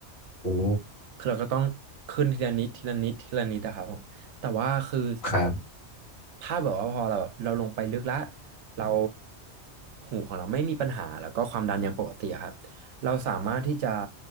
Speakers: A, on the left; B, on the right.
A: โอ้
B: คือเราก็ต้องขึ้นทีละนิดทีละนิดทีละนิดอะครับผมแต่ว่าคือ
A: ครับ
B: ถ้าแบบว่าพอเราแบบเราลงไปลึกแล้วเราหูของเราไม่มีปัญหาแล้วก็ความดันยังปกติอะครับเราสามารถที่จะ